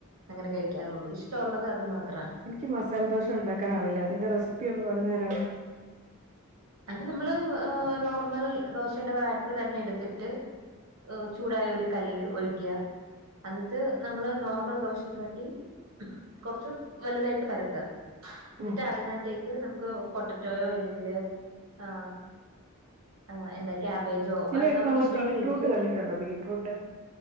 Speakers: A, on the right; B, on the right.
A: അങ്ങനെ കഴിക്കാറുള്ളൂ ഇഷ്ടൊള്ളത് അത് മാത്രാണ്
B: ഇക്ക് മസാല ദോശ ഒണ്ടാക്കൻ അറിയില്ല അതിന്റെ റെസിപ്പി ഒന്ന് പറഞ്ഞു തരാമോ
A: അത് നമ്മള് നോർമൽ ദോശയുടെ ബാറ്റർ തന്നെ എടുത്തിട്ട് ചൂടായ ഒരു കല്ലില് ഒഴിക്ക അന്നിട്ട് നമ്മള് നോർമൽ ദോശയെക്കാട്ടി കൊറച്ച് വലുതായിട്ട് പരത്ത എന്നിട്ട്
B: ഉം
A: അതിനകത്തേക്ക് നമുക്ക് പൊട്ടറ്റയോ അല്ലെങ്കില് ആ ആ എന്താ ക്യാബേജോ
B: ചിലയിടത്ത്
A: നമുക്കിഷ്ടൊള്ള
B: നമ്മള് ബീറ്റ്റൂട്ട്
A: വെജിറ്റബിൾ
B: കണ്ടിട്ടുണ്ടോ ബീറ്റ്റൂട്ട്